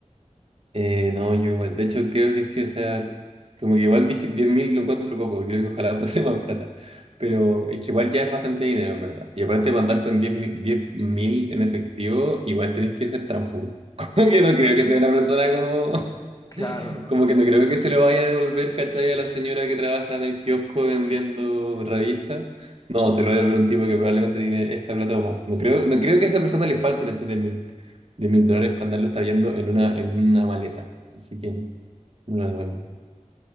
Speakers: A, on the right; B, on the left.
A: Eh, no, yo igual. De hecho, creo que sí, o sea, como que igual dije 10.000 lo encuentro poco, creo que ojalá <laughs> fuese más plata. Pero es que igual ya es bastante dinero, en verdad. Y aparte para andar con 10.000 en efectivo, igual tenés que ser transfugo. <laughs> Como que no creo que sea una persona como...
B: claro,
A: <laughs>
B: ¿no?
A: Como que no creo que se lo vaya a devolver, ¿cachai? A la señora que trabaja en el kiosco vendiendo revistas. No, se lo va a devolver un tipo que probablemente tiene esta plata o más. No creo, no creo que a esa persona le falten estos diez mil de mil
B: ¿No?
A: dólares para andarlos trayendo en una, en una maleta. Así que no lo devuelven,